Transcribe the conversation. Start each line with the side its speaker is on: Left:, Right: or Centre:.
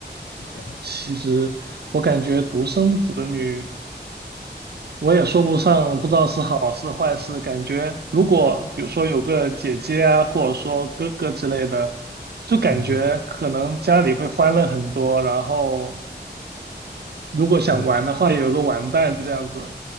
Left: 对啊，
Right: 其实我感觉独生子女，我也说不上，不知道是好是坏事。感觉如果比如说有个姐姐啊，或者说哥哥之类的，就感觉可能家里会欢乐很多，
Left: 嗯哼
Right: 然后。如果想玩的话，
Left: 嗯
Right: 有个玩伴这样子，